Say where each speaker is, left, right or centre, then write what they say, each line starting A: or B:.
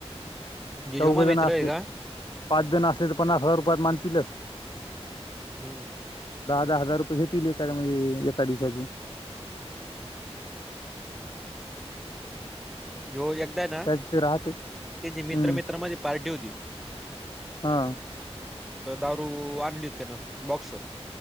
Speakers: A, in the centre; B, on the left.
A: ह्यो
B: चौघ
A: माझा
B: जण
A: मित्र
B: असले
A: आहे का
B: पाच ले तर पन्नास हजार रुपयात मानतील.
A: हम्म.
B: दहा दहा हजार रुपये घेतील एका म्हणजे एका दिवसाची.
A: जो एक त आहे ना
B: त्यात ते राहते
A: तिथे मित्रा
B: हम्म
A: मित्रा मध्ये पार्टी होती
B: हा
A: तर दारू आणली त्यानं बॉक्स.